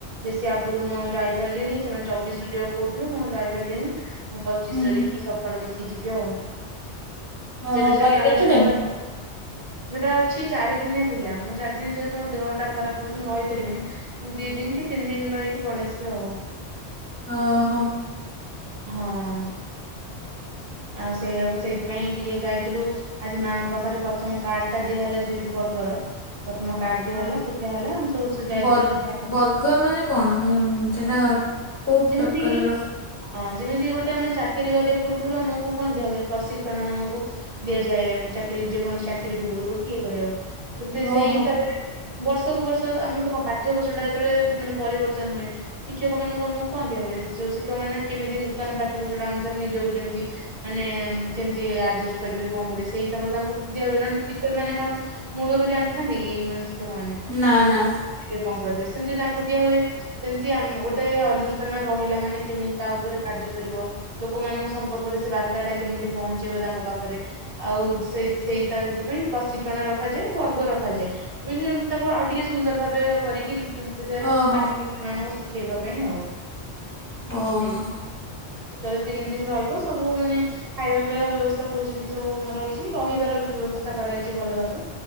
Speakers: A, on the right; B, on the left.
A: ବେଶୀ ଆଗରୁ ମୁଁ ଯାଇପାରିଲିିନି। ସେମାନେ ଚବିଶ ର ଯିବାକୁ କହୁଥିଲେ ମୁଁ ଯାଇପାରିଲିନି। ମୁଁ ପଚିଶ
B: ହୁଁ
A: ରେ
B: ହୁଁ
A: ଦେଖି ସକାଳୁ ଦେଖି ଯିବି ଆଉ।
B: ଓହୋ
A: ସେ ବିଷୟ
B: ପ
A: ଟିକେ ଆଲୋଚନା
B: କେତେ ଦିନ?
A: କରିକି ଯଉଟା ଅଛି ଚାରି ଦିନିଆ ଥିଲା। ମୁଁ ଚାରି ଦିନ ଯେହେତୁ ମୋ ଦେହ ଟା ଖରାପ ହଉଛି ମୁଁ ରହିପାରିବିନି। ମୁଁ ଦି ଦିନ କି ତିନି ଦିନ ରହିକି ପଳେଇ ଆସିବି ଆଉ।
B: ଅ ହୋ।
A: ହଁ। ଆଉ ସେଇଆକୁ ସେଇଥିପାଇଁ ଟିକେ ଗାଇ ଥିଲୁ ଆଜି ମାଂଙ୍କ ପାଖରେ ପ୍ରଥମ କାର୍ଡ ଟା ଦିଆ ହେଲା ଯେହେତୁ ବର୍ଗର ପ୍ରଥମ କାର୍ଡ ଦିଆ
B: ହଁ
A: ହେଲା ପୂଜା ହେଲା ଆମେ ସବୁ ଯାଇଥିଲୁ
B: ବ
A: ପୂଜା
B: ବର୍ଗ ମାନେ କଣ ମାନେ ଉମ୍ ସେଟା କୋଉ
A: ଯେମିତି
B: ପ୍ରକାରର?
A: କିି ହଁ ଯେମିତି ଗୋଟେ ଆମେ ଚାକିରି କରିବା ପୂର୍ବରୁ ଆମକୁ କଣ ଦିଆ ହୁଏ ପ୍ରଶିକ୍ଷଣ ଆମକୁ ଦିଆଯାଏ ଚାକିରି ଯେକୌଣସି ଚାକିରି ପୂର୍ବରୁ ଇଏ କରିବାକୁ। ତ
B: ଓହୋ
A: ସେଇ ହିସାବରେ ବସ୍ ପ୍ରତ୍ୟେକ ବର୍ଷ ଆମର କଣ ପାଠ୍ୟ କୋଷଟା ଯେତେବେଳେ ମାନେ ପରିବର୍ତ୍ତନ ହୁଏ। ଶିକ୍ଷକ ମାନଙ୍କୁ ଆମଙ୍କୁ କଣ ଦିଆ ହୁଏ? ଯୋଉ ଶିକ୍ଷକ ମାନେ କେମିତି ନୂତନ ପାଠ୍ୟକୋଷଟା ଅନୁସାରେ ନିଜକୁ ଯେମିତି ମାନେ କେମିତି ଆଯେଷ୍ଟ କରିବେ କଣ କରିବେ ସେଇ ହିସାବରେ ତାଙ୍କୁ ଦିଆ ହୁଏ। ଟିଚର ମାନେ କଣ ମୂଳରୁ ଜାଣିଥାନ୍ତି କି ମାନେ ଶିକ୍ଷକ ମାନେ
B: ନା
A: କେମିତି
B: ନା
A: <inaudible> କରିବେ। ସେମିତି ତାଙ୍କୁ ଦିଆ ହୁଏ ସେମିତି ଆମେ ଗୋଟେ ଅନୁଷ୍ଠାନ ରହିଲା ମାନେ କେମିତି ତା ଉପରେ କାର୍ଯ୍ୟ କରିବ। ଲୋକମାନଙ୍କ ସମ୍ପର୍କରେ ସେ ବା ତାଟା କେମିତି ପହଞ୍ଚେଇବ ତାଙ୍କ ପାଖରେ। ଆଉ ସେ ସେଇଟ ସେଥିପାଇଁ ପ୍ରଶିକ୍ଷଣ ରଖାଯାଏ ବର୍ଗ ରଖାଯାଏ। ଏମିତି ତାକୁ ଆଉ ଟିକେ ସୁନ୍ଦର ଭାବେ କରିକି ଏମିତି ଯେ <unintelligible>
B: ଓହୋ
A: ଖେଇବା ପାଇଁ ଆଉ।
B: ଓହୋ
A: ହେଇ ଏଥରେ ତିନି ଦିନ ରହିବ। ତ ଭଗମାନେ ବ୍ୟବସ୍ଥା ସବୁ ସେଠି ସବୁ ମ ରହିଛି ରହିବାର ବି ବ୍ୟବସ୍ଥା କରାଯାଇଛି ଭଲ ଭାବେ।